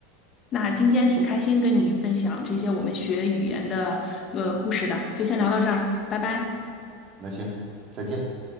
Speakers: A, on the left (about 30°); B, on the right (about 35°).
A: 那今天挺开心跟你分享这些我们学语言的呃故事的，就先聊到这儿，拜拜。
B: 那行，再见。